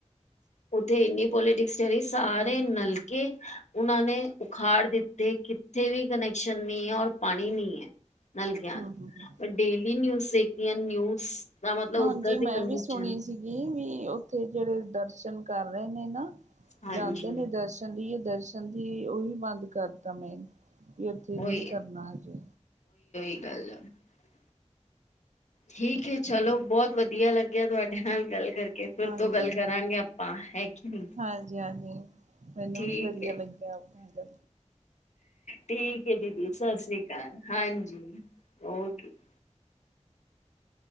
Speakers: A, on the left; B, on the right.
A: ਉੱਥੇ ਇੰਨੀ ਪੋਲੀਟਿਕਸ ਸਾਰੇ ਨਲਕੇ ਉਹਨਾਂ ਨੇ ਉਖਾੜ ਦਿੱਤੇ। ਕਿੱਥੇ ਵੀ ਕਨੈਕਸ਼ਨ ਨਹੀਂ ਹੈ ਔਰ ਪਾਣੀ ਨ ਹੈ ਨਲਕਿਆਂ
B: ਹਮ
A: ਚਾ।
B: ਹਮ ਹਮ
A: ਮੈਂ ਡੇਲੀ ਨਿਊਜ਼ ਦੇਖਦੀ ਹਾਂ ਨਿਊਜ਼ ਦਾ ਮਤਲਬ
B: ਹਾਂਜੀ।
A: ਉੱਧਰ
B: ਮੈਂ
A: ਦੀ ਕੰਡੀਸ਼ਨ
B: ਵੀ ਸੁਣੀ ਸੀਗੀ ਵੀ ਉੱਥੇ ਜਿਹੜੇ ਦਰਸ਼ਨ ਕਰ ਰਹੇ ਨੇ ਨਾ
A: ਹਾਂਜੀ
B: ਜਾਂਦੇ ਨੇ ਦਰਸ਼ਨ ਲਈ ਦਰਸ਼ਨ ਦੀ ਉਹੀ ਬੰਦ ਕਰ ਦਿੱਤਾ ਮੈਂਨ ਉੱਥੇ
A: ਉਹੀ
B: ਨਹੀਂ ਕਰਨਾ ਹਜੇ।
A: <inaudible> ਠੀਕ
B: ਅੱਛਾ
A: ਹੈ। ਚਲੋ
B: ਜੀ
A: ਬਹੁਤ ਵਧੀਆ ਲੱਗਿਆ ਤੁਹਾਡੇ ਨਾਲ ਗੱਲ ਕਰੀ। ਫਿਰ
B: ਹਾਂਜੀ
A: ਤੋਂ ਗੱਲ ਕਰਾਂਗੇ ਆਪਾਂ, ਹੈ ਕਿ ਨਹੀਂ।
B: ਹਾਂਜੀ ਹਾਂਜੀ ਮੈਨੂੰ
A: ਠੀਕ
B: ਵੀ ਵਧੀਆ
A: ਹੈ
B: ਲੱਗਿਆ। ਆਪ ਕਰ
A: ਠੀਕ ਦੀਦੀ ਸਤਿ ਸ੍ਰੀ ਅਕਾਲ। ਹਾਂਜੀ, ਓਕੇ। <inaudible>